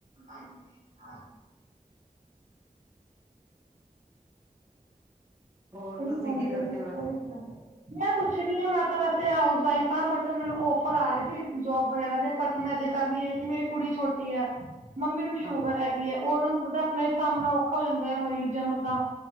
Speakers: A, on the right; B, on the right.
A: ਹਾਂਜੀ ਹਾਂ,
B: ਹੋਰ
A: ਹੀ
B: ਤੁਸੀਂ
A: ਖਾਂਦੀ
B: ਕੀ ਕਰਦੇ
A: ਆ ਫਿਰ
B: ਹੋ ਵੈਸੇ
A: ਉਹੀ ਬਣਾਉਦੀ। ਮੈਂ ਕੁਛ ਨੀ ਆ ਮੈਂ ਤਾਂ ਵੈਸੇ ਹਾਊਸ ਵਾਈਫ ਹਾਂ ਬਟ ਮੈਨੂੰ ਔਫਰ ਆ ਰਹੇ ਸੀ ਜੋਬ ਵਗੈਰਾ ਦੇ ਪਰ ਮੈਂ ਜੇ ਕਰਨੀ ਹੈ ਕਿਉਂਕਿ ਮੇਰੀ ਕੁੜੀ ਛੋਟੀ ਏ ਮੰਮੀ ਨੂੰ ਸ਼ੂਗਰ
B: ਹਾਂਜੀ
A: ਹੈ ਗੀ ਏ ਉਹਨਾਂ ਨੂੰ ਪਤਾ ਆਪਣਾ ਸਾਬਣਾ ਔਖਾ ਹੋ ਜਾਂਦਾ ਹੈ ਮਰੀਜ਼ਾਂ ਨੂੰ ਤਾਂ।